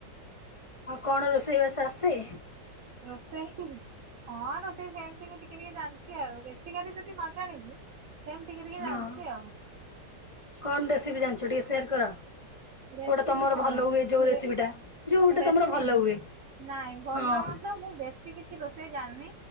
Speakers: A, on the left; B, on the right.
A: ଆଉ କଣ ରୋଷେଇବାସ ଆସେ?
B: ରଷେଇ ହିଁ ହଁ ରୋଷେଇ ସେମିତି ଟିକେ ଟିକେ ଜାଣିଛି ଆଉ ବେଶୀକାଲି ସେଠି ନ ଜାଣିଛି। ସେମିତି ଟିକେ ଟିକେ
A: ହଁ
B: ଜାଣିଛି ଆଉ।
A: କଣ ରେସିପି ଜାଣିଛ ଟିକେ ସେୟାର କର।
B: ରେସିପି
A: କୋଉଟା ତମର
B: କଣ
A: ଭଲ ହୁଏ ଯୋଉ ରେସିପିଟା
B: ରେ
A: ଯୋଉଟା
B: ରେସିପି
A: ତମର ଭଲ ହୁଏ।
B: ନାଇଁ ଭଲ
A: ହଁ।
B: ମତ ମୁଁ ବେଶୀ କିଛି ରୋଷେଇ ଜାଣିନି